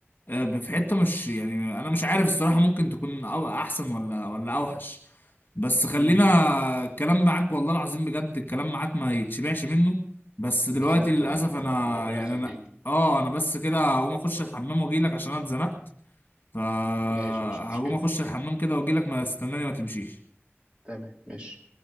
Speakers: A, on the left; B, on the right.
A: آه، في حتة مش يعني انا مش عارف الصراحة ممكن تكون أو- احسن ولا ولا اوحش بس خلينا
B: امم
A: الكلام معاك والله العظيم بجد الكلام معاك ما يتشبعش منه بس دلوقتي
B: بالظبط
A: للاسف
B: والله
A: انا
B: يعني ربنا
A: يعني
B: يخليك
A: انا اه انا بس كده هقوم اخش الحمام واجيلك عشان انا اتزنقت فهقوم
B: ماشي مفيش مشكلة
A: اخش الحمام كده واجيلك ما استناني ما تمشيش
B: تمام ماشي